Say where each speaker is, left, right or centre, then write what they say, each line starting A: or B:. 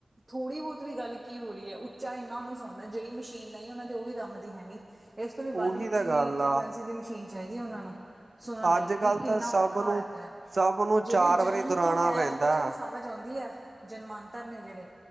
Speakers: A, on the right; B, on the right.
A: ਥੋੜ੍ਹੀ ਬਹੁਤ ਵੀ ਗੱਲ ਕੀ ਹੋ ਰਹੀ ਹੈ, ਉੱਚਾ ਇੰਨਾ ਓਨੂੰ ਸੁਣਦਾ, ਜਿਹੜੀ ਮਸ਼ੀਨ ਲਾਈ ਉਹਨਾਂ <unintelligible> ਉਹ ਵੀ ਕੰਮ ਕੰਮ ਦੀ ਹੈ ਹੀਂ, ਇਸ ਤੋਂ ਵੀ ਵੱਧ
B: ਉਹੀ
A: ਉੱਚੀ
B: ਤਾਂ ਗੱਲ
A: ਫਰੀਕਵੈਂਸੀ
B: ਆ
A: ਦੀ ਮਸ਼ੀਨ ਚਾਹੀਦੀ ਹੈ ਉਹਨਾਂ ਨੂੰ। ਸੁਨਨ ਲਈ
B: ਅੱਜ
A: ਵੀ
B: ਕੱਲ
A: ਕਿੰਨਾ
B: ਤਾਂ ਸਭ
A: ਔਖਾ ਹੋਇਆ
B: ਨੂੰ
A: ਪੇਆ,
B: ਸਭ ਨੂੰ
A: ਜਿਹੜੇ
B: ਚਾਰ ਵਾਰੀ
A: ਜਨਮ
B: ਦੁਹਰਾਣਾ
A: ਤੋਂ ਹੈ
B: ਪੈਂਦਾ
A: ਉਹ ਤਾਂ ਚਲੋ ਸਮ ਸਮਝ ਆਉਂਦੀ ਐ ਜਨਮਾਂਤਰ ਨੇ ਜਿਹੜੇ